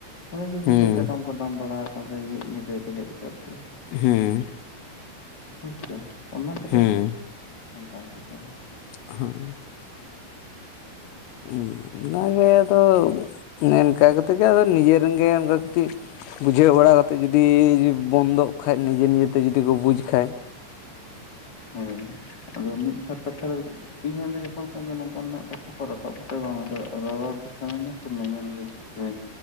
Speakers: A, on the left; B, on the left.
A: ᱚᱱᱮ ᱡᱮ
B: ᱦᱮᱸ
A: ᱧᱤᱫᱟᱹ ᱜᱚᱰᱟᱢ ᱵᱟᱲᱟ ᱟᱠᱟᱱ ᱫᱚᱭ ᱢᱤᱫ ᱜᱤᱫᱟᱹᱭ ᱵᱮᱸᱜᱮᱫ ᱟᱠᱟᱫ ᱫᱚᱭ᱾
B: ᱦᱩᱸ
A: ᱟᱪᱪᱷᱟ ᱚᱱᱟ ᱠᱷᱟᱹᱛᱤᱨ
B: ᱦᱮᱸ
A: ᱛᱮ ᱚᱱᱠᱟᱱ ᱠᱟᱛᱷᱟ ᱫᱚ ᱾
B: ᱦᱚᱸ, ᱩᱸ ᱚᱱᱟᱜᱮ ᱟᱫᱚ ᱚᱱᱮ ᱚᱱᱠᱟ ᱠᱟᱛᱮ ᱜᱮ ᱟᱫᱚ ᱱᱤᱡᱟᱹ ᱨᱤᱱ ᱜᱮᱢ ᱚᱸᱠᱟ ᱠᱟᱹᱛᱤᱜ ᱵᱩᱡᱷᱟᱹᱣ ᱵᱟᱲᱟ ᱠᱟᱛᱮᱜ ᱡᱩᱫᱤᱻᱡᱽ ᱵᱚᱱᱫᱚᱜ ᱠᱷᱟᱡ ᱱᱤᱡᱟᱹ ᱱᱤᱡᱟᱹᱛᱮ ᱡᱩᱫᱤ ᱠᱚ ᱵᱩᱡᱽ ᱠᱷᱟᱡ <inaudible>
A: ᱦᱳᱭ, ᱟᱫᱚ ᱢᱤᱫ ᱵᱟᱨ ᱠᱟᱛᱷᱟ ᱫᱚ ᱤᱧ ᱦᱚᱸ ᱟᱫᱚ ᱡᱚᱠᱷᱚᱱ ᱠᱷᱟᱱ ᱜᱮ ᱱᱚᱝᱠᱟᱱᱟᱜ ᱠᱟᱛᱷᱟ ᱠᱚ ᱨᱟᱠᱟᱵᱽ ᱟᱛᱮ ᱵᱟᱝᱼᱟ ᱟᱫᱚ ᱟᱫᱚ ᱨᱚᱨᱚᱲ ᱜᱮ ᱥᱟᱱᱟᱧᱟ ᱥᱮ ᱢᱮᱢᱮᱱ ᱜᱮ᱾ ᱵᱩᱡᱷᱟᱹᱣᱟᱹᱧ